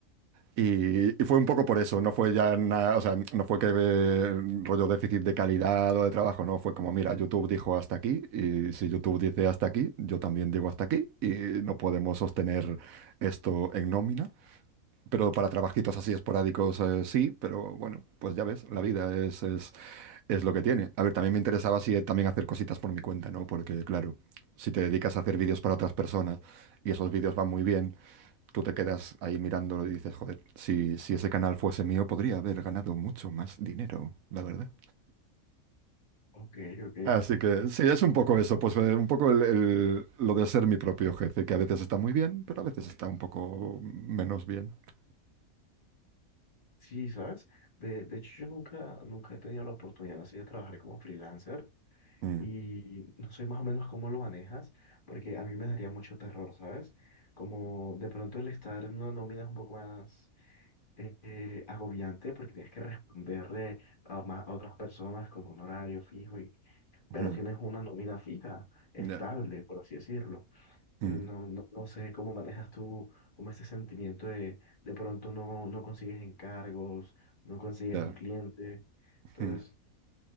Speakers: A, on the right; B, on the left.
A: Y, y fue un poco por eso, no fue ya nada, o sea, no fue que eh, rollo déficit de calidad o de trabajo, no, fue como, mira, YouTube dijo hasta aquí, y si YouTube dice hasta aquí, yo también digo hasta aquí, y no podemos sostener esto en nómina. Pero para trabajitos así esporádicos, eh, sí, pero bueno, pues ya ves, la vida es, es, es lo que tiene. A ver, también me interesaba si eh, también hacer cositas por mi cuenta, ¿no? Porque claro, si te dedicas a hacer vídeos para otras personas y esos vídeos van muy bien, tú te quedas ahí mirándolo y dices, joder, si, si ese canal fuese mío, podría haber ganado mucho más dinero, la verdad.
B: Ok, ok.
A: Así que
B: Eh,
A: sí, es un poco eso, pues eh, un poco el- el- lo de ser mi propio jefe, que a veces está muy bien, pero a veces está un poco menos bien.
B: sí, ¿sabes? De, de hecho, yo nunca, nunca he tenido la oportunidad así de trabajar como freelancer
A: Mm,
B: y no sé más o menos cómo lo manejas, porque a mí me daría mucho terror, ¿sabes? Como de pronto el estar en una nómina es un poco más... eh, agobiante porque tienes que responderle a, más, a otras personas con un horario fijo, y, pero
A: ujú,
B: tienes una nómina fija, estable,
A: ya,
B: por así decirlo. Entonces
A: mm,
B: no, no, no sé cómo manejas tú como ese sentimiento de de pronto no, no consigues encargos, no consigues
A: ya,
B: un cliente. Entonces,
A: ujú.